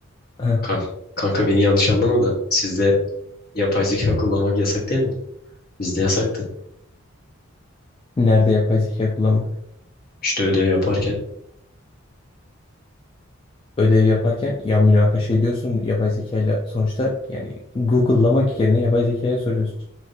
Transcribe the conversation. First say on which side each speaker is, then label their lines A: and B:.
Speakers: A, on the left (about 25°); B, on the left (about 45°).
A: heh,
B: kanka, kanka beni yanlış anlama da sizde yapay zeka kullanmak yasak değil mi? Bizde yasaktı.
A: nerede yapay zeka kullanmak?
B: İşte ödev yaparken
A: ödev yaparken ya münakaşa ediyorsun yapay zeka ile sonuçta yani Google'lamak yerine yapay zekaya soruyorsun.